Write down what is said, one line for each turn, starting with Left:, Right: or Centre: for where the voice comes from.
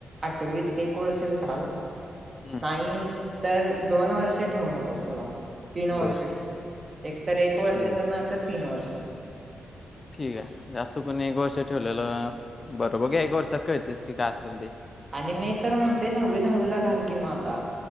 Right: आठवीत एक वर्ष जरी घाल,
Left: हम्म
Right: नाही तर दोन वर्ष ठेवु नकोस. त्याला, तीनवर्ष
Left: बर
Right: ठेव, एकतर एक वर्ष
Left: ठीक आहे
Right: तर नाही तर तीन वर्ष.
Left: ठीक आहे, जास्त कोणीएक वर्ष ठेवलेलं अ बर बघुया, एक वर्षात कळतेसकी काय असल ते
Right: आणि मी तर म्हणतोय. नव्वी, दहावीला घालकी मग आता,